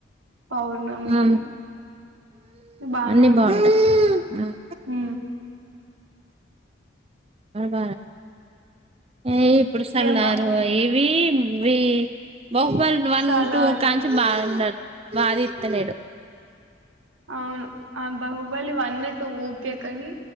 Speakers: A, on the right; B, on the right.
A: Pournami
B: ఉమ్
A: బానే
B: అన్ని
A: ఉంటాయి,
B: బాగుంటాయి ఉమ్
A: ఉ
B: అవా ఏ ఇప్పుడు సల్లార్
A: ఏం బా
B: ఇవి వే బాహుబలి వన్
A: 'సలార్'
B: టూ కంచి బాగు బాగా తీతలేడు,
A: అవును ఆ బాహుబలి వన్ టు ఓకే కాని